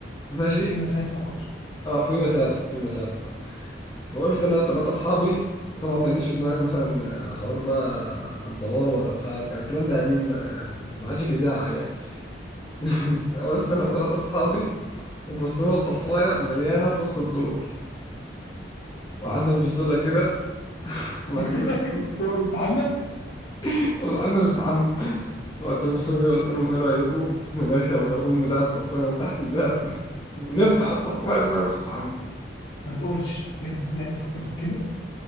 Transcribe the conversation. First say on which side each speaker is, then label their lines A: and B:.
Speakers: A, on the left; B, on the left.
A: ماشي
B: في مسافة تقصد
A: اه في مسافه في مسافه آه. فوقفت انا وثلاثه اصحابي طبعا ما يجيش في دماغك مثلا آه، حوار بقى هنصور ولا بتاع كان الكلام ده قديم بقى يعني ما عادش بيزعل يعني <laughs> وقفت انا وثلاثه اصحابي وبصينا لطفايه مليانه في وسط الدور وقعدنا نبص لها كده وبعد
B: <laughs>
A: كده
B: هو مستعمم
A: <laughs> وصاحبنا مستحمى وقت بص كده قلت لهم ايه رايكم ندخل الخرطوم بتاع الطفايه من تحت الباب <laughs> ونفتح الطفايه فيها مستحمى
B: ما تقولش بجد بجد فكرت في كده